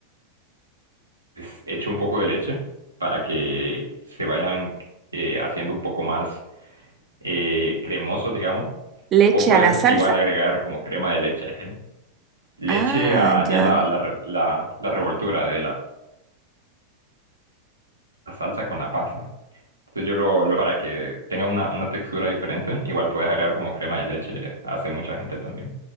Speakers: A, on the right; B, on the right.
A: es- echo un poco de leche para que se vayan eh, haciendo un poco más eh, cremosos, digamos.
B: Leche
A: Vos puedes
B: a la salsa.
A: igual agregar como crema de leche, eh, leche
B: Ah,
A: a ya
B: ya.
A: la, la, re- la- la revoltura de la, la salsa con la pasta. Entonces yo lo, lo- para que tenga una, una textura diferente, igual puedes agregar como crema de leche, hace mucha gente también.